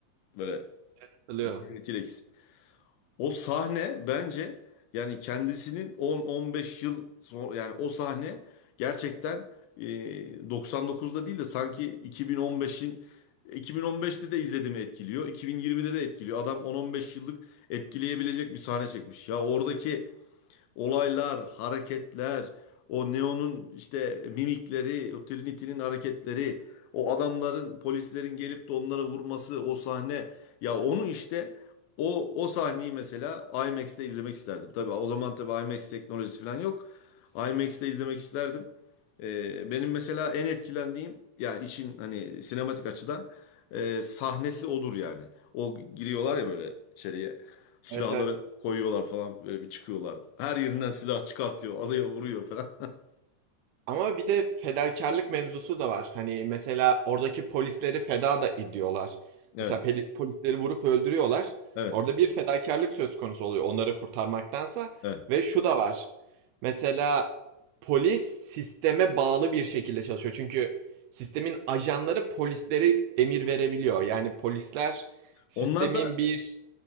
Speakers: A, on the left; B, on the right.
A: Böyle
B: Hatırlıyorum.
A: T- T-Rex. O sahne bence yani kendisinin 10-15 yıl sonra yani o sahne gerçekten eee, 99'da değil de sanki 2015'in 2015'te de izlediğimi etkiliyor. 2020'de de etkiliyor. Adam 10-15 yıllık etkileyebilecek bir sahne çekmiş. Ya oradaki olaylar, hareketler, o Neo'nun işte mimikleri, o Trinity'nin hareketleri, o adamların, polislerin gelip de onlara vurması, o sahne. Ya onu işte o o sahneyi mesela IMAX'te izlemek isterdim. Tabii o zaman tabii IMAX teknolojisi falan yok. IMAX'te izlemek isterdim. Ee, benim mesela en etkilendiğim yani için hani sinematik açıdan e, sahnesi odur yani. O giriyorlar ya böyle içeriye. Silahları
B: Evet evet.
A: koyuyorlar falan böyle bir çıkıyorlar. Her yerinden silah çıkartıyor, alıyor, vuruyor falan. <laughs>
B: Ama bir de fedakarlık mevzusu da var. Hani mesela oradaki polisleri feda da ediyorlar.
A: Evet,
B: Mesela peli- polisleri vurup öldürüyorlar.
A: evet,
B: Orada bir fedakarlık söz konusu oluyor onları kurtarmaktansa.
A: evet.
B: Ve şu da var. Mesela polis sisteme bağlı bir şekilde çalışıyor. Çünkü sistemin ajanları polisleri emir verebiliyor. Yani polisler sistemin
A: Onlar da
B: bir